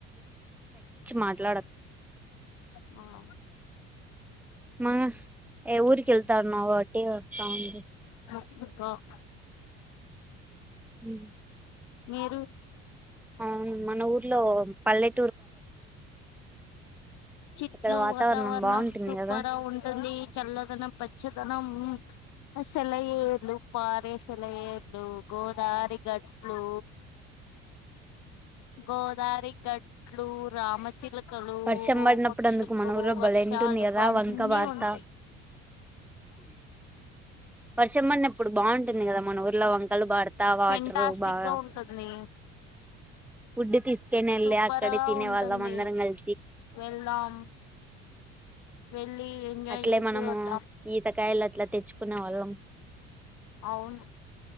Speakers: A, in the centre; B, on the left.
A: మాట్లాడకు
B: ఆ
A: మా ఏ ఊర్కెళ్తానవ్ కాబట్టి వస్తుంది
B: క
A: ఉ
B: మీరు
A: అవును మన ఊర్లో పల్లె
B: చెట్లు
A: అక్కడ
B: వాతావరణం
A: బాగుంటుంది
B: సూపర
A: కదా
B: ఉంటుంది చల్లదనం పచ్చదనం. ఆ సెలయేర్లు, పారే సెలయేర్లు, గోదారి గట్లు, గోదారి గట్ ట్ల్ రామచిల కలు,
A: వర్షం పడినప్పుడు
B: పక్షులు,
A: అందుకు మన ఊర్లో భలే
B: వర్షాలు
A: ఉంటుంది కదా
B: అన్నీ
A: వంక బార్త
B: ఉంటాయ్.
A: వర్షం పడినప్ ప్పుడు బాగుంటుంది కదా మన ఊర్లో వంకలు బాడుతా వాటరు
B: ఫెంటాస్టిక్
A: బాగా,
B: గా ఉంటుంది
A: ఫుడ్ తీసుకొని వెళ్ళి
B: సూపర్
A: అక్కడ
B: గా
A: తినే
B: ఉంటుంది
A: వాళ్ళం అందరం కలి
B: వెళ్దాం వెళ్లి ఎంజాయ్
A: అట్లే
B: చేసి
A: మనము
B: వద్దాం
A: ఈతకాయలు అట్లా తెచ్చుకునే వాళ్ళం
B: అవును